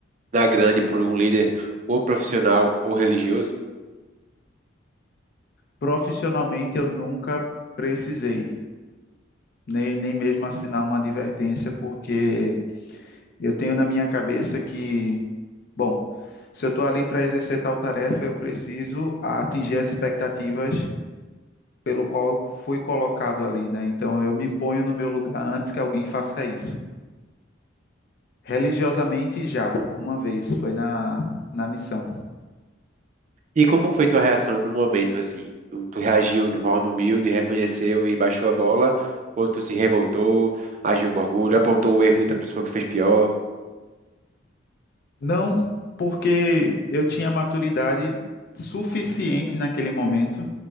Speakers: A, on the right; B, on the left.
A: na grande por um líder ou profissional ou religioso?
B: Profissionalmente eu nunca precisei nem, nem mesmo assinar uma advertência, porque eu tenho na minha cabeça que, bom, se eu estou ali para exercer tal tarefa, eu preciso atingir as expectativas pelo qual eu fui colocado ali, né? Então eu me ponho no meu lugar antes que alguém faça isso. Religiosamente já, uma vez, foi na, na missão.
A: E como foi tua reação no momento, assim? Tu, tu reagiu de forma humilde, reconheceu e baixou a bola? Ou tu se revoltou, agiu com orgulho, apontou o erro de outra pessoa que fez pior?
B: Não porque eu tinha maturidade suficiente naquele momento,